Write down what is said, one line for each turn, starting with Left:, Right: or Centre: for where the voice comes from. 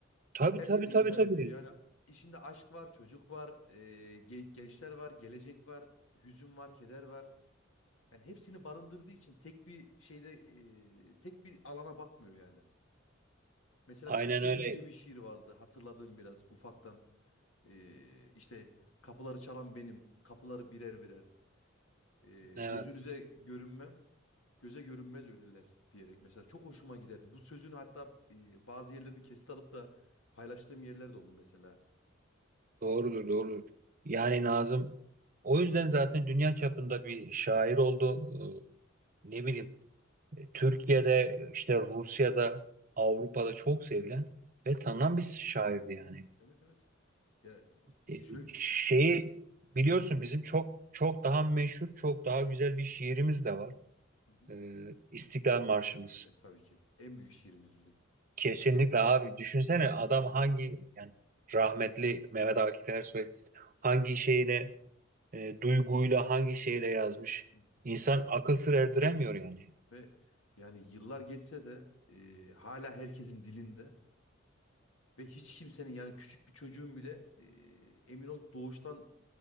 Right: Tabii
Left: Herkese
Right: tabii tabii
Left: hitap
Right: tabii.
Left: ediyor. Yani işinde aşk var, çocuk var, eee, ge- gençler var, gelecek var, hüzün var, keder var. Yani hepsini barındırdığı için tek bir şeyde e, tek bir alana bakmıyor yani. Mesela
Right: Aynen
Left: Kız Çocuğu
Right: öyle.
Left: diye bir şiir vardı hatırladığım biraz ufaktan. E, işte kapıları çalan benim, kapıları birer birer. E,
Right: Evet.
Left: gözünüze görünmem, göze görünmez ölüler diyerek mesela çok hoşuma giderdi. Bu sözün hatta e, bazı yerlerini kesit alıp da paylaştığım yerler de oldu mesela.
Right: Doğrudur doğrudur. Yani Nazım o yüzden zaten dünya çapında bir şair oldu. Ee, Ne
Left: Hı hı,
Right: bileyim Türkiye'de işte Rusya'da Avrupa'da çok sevilen ve
Left: hı hı.
Right: tanınan bir şairdi yani.
Left: Evet evet. Ya
Right: E,
Left: şöyle
Right: şeyi biliyorsun
Left: evet.
Right: bizim çok çok daha meşhur, çok daha güzel bir şiirimiz de var.
Left: Hı hı.
Right: E, İstiklal Marşımız.
Left: E, tabii ki. En büyük şiirimiz bizim.
Right: Kesinlikle abi düşünsene
Left: Evet.
Right: adam
Left: <laughs>
Right: hangi yani rahmetli Mehmet Akif Ersoy hangi şeyle e, duyguyla hangi şeyle yazmış.
Left: Evet.
Right: İnsan akıl sır erdiremiyor yani.
Left: Ve yani yıllar geçse de e, hala herkesin dilinde ve hiç kimsenin yani küçük bir çocuğun bile e, emin ol doğuştan